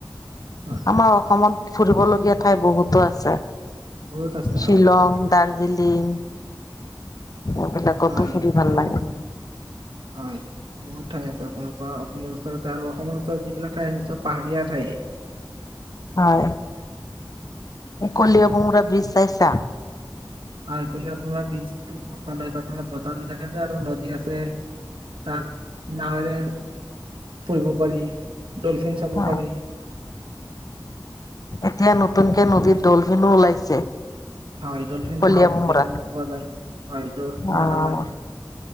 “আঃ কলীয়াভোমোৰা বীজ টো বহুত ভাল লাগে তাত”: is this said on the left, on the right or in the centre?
Right